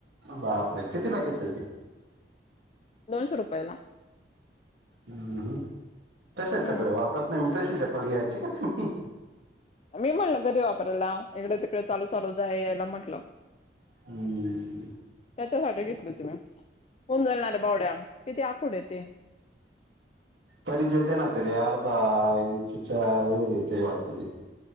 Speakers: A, on the right; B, on the left.
A: बापर कतीला घेत ते
B: दोनशे रुपयाला
A: हम तश
B: हम्म
A: चपल वापरत नाही मी तशी चपल घ्यायची का तुम्ही
B: मी म्हटलं घरी वापरायला इकडे तिकडे चालू चालूच आहे यायला म्हटलं
A: हम्म
B: त्याच्यासाठी घेतलं तु मी उुंजलणारे बावड्या किती आकूड ते
A: परिचयेते ना तरी अर्धा इंचच्या एवढी येते वाटतली